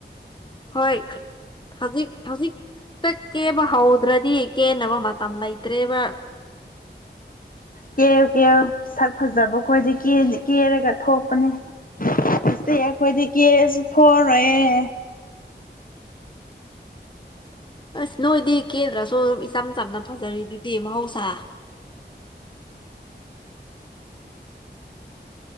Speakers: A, on the left (about 25°); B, on the left (about 50°).
A: ꯍꯣꯏ ꯍꯧꯖꯤꯛ ꯍꯧꯖꯤꯛꯇ ꯀꯦꯕ ꯍꯧꯗ꯭ꯔꯗꯤ ꯀꯦꯟꯅꯕ ꯃꯇꯝ ꯂꯩꯇ꯭ꯔꯦꯕ
B: ꯀꯦꯌꯣ ꯀꯦꯌꯣ ꯁꯛ ꯐꯖꯕ ꯈꯣꯏꯗꯤ ꯀꯦꯔꯒ ꯊꯣꯛꯄꯅꯦ ꯍꯧꯖꯤꯛꯇꯤ ꯑꯩꯈꯣꯏꯗꯤ ꯀꯦꯔꯁꯨ ꯊꯣꯛꯑꯔꯣꯏꯑꯦ
A: ꯑꯁ ꯅꯣꯏꯗꯤ ꯀꯦꯗ꯭ꯔꯁꯨ ꯑꯗꯨꯝ ꯏꯆꯝ ꯆꯝꯅ ꯐꯖꯔꯤ ꯑꯗꯨꯗꯤ ꯃꯍꯧꯁꯥ